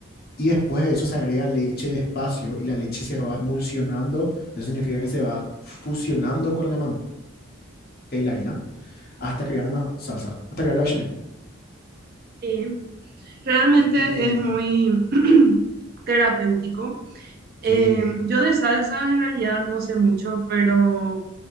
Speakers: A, on the left; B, on the right.
A: Y después de eso se agrega leche despacio y la leche se va emulsionando. Eso significa que se va fusionando con la manteca y la harina hasta crear una salsa, hasta crear la bechamel.
B: sí. Realmente
A: Y, y,
B: es muy
A: y-
B: <clears throat> terapéutico.
A: sí,
B: Eh, yo de salsas en realidad no sé mucho, pero